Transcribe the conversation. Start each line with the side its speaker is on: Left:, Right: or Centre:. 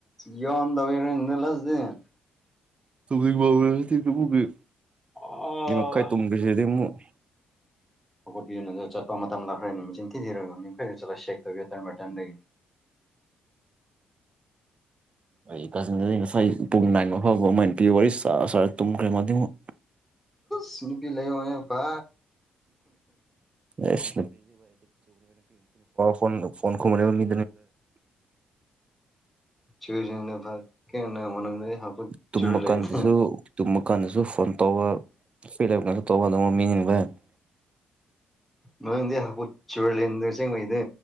Centre: ꯏꯣꯟꯟꯔ ꯂꯁꯗꯤꯦ <unintelligible>
Right: ꯇꯨꯝꯅꯤꯡꯕ ꯑꯣꯏꯔꯗꯤ ꯑꯗꯨꯕꯨꯒꯤ
Centre: ꯑꯣ
Right: ꯃꯤ ꯃꯈꯥꯏ ꯇꯨꯝꯈ꯭ꯔꯁꯤꯗꯤ ꯑꯃꯨꯛ <unintelligible>
Centre: ꯍꯧꯀꯣꯠꯄꯤꯌꯅ ꯑꯗ ꯆꯠꯄ ꯃꯇꯝ ꯂꯈ꯭ꯔꯦ ꯅꯨꯃꯤꯆꯤꯟ ꯊꯤꯔꯒ ꯌꯡꯈꯩꯗ ꯆꯠꯂꯒ ꯆꯦꯛ ꯇꯧꯤꯨꯇꯔ ꯕꯇꯟꯗꯒꯤ <unintelligible>
Right: ꯑꯩ ꯀꯥꯖꯤꯟꯗꯗꯤ ꯉꯁꯥꯏ ꯄꯨꯡ ꯅꯥꯏꯟꯕ ꯐꯥꯎꯕ ꯑꯃꯥꯏꯅ ꯄꯤꯌ ꯋꯥꯔꯤꯔꯔ ꯇꯨꯝꯈ꯭ꯔꯦ ꯃꯃꯛ
Centre: ꯁ ꯅꯨꯄꯤ ꯂꯩ ꯑ ꯐ
Right: ꯑꯦ ꯆ ꯐꯣꯟ ꯐꯣꯟ ꯈ ꯃꯤ
Centre: ꯆꯨꯔ ꯆ ꯐ ꯀꯦ ꯃꯗ ꯍꯥꯄꯠ
Right: ꯇꯨꯝꯕ
Centre: ꯆꯨꯔ ꯂꯩꯅꯤ
Right: ꯀꯥꯟꯗꯁꯨ ꯇꯨꯝꯕ ꯀꯥꯟꯗꯁꯨ ꯐꯣꯟ ꯇꯧꯕ ꯐꯤꯗꯕꯞ ꯀꯥꯟꯁꯨ ꯇꯧꯕ ꯑꯗꯨꯝ ꯃꯤꯅꯤꯡꯕ <unintelligible>
Centre: ꯃꯪꯗꯤꯦ ꯍꯨ ꯆꯔ ꯂꯩꯦꯟꯗ ꯆꯦꯉꯥꯏꯗ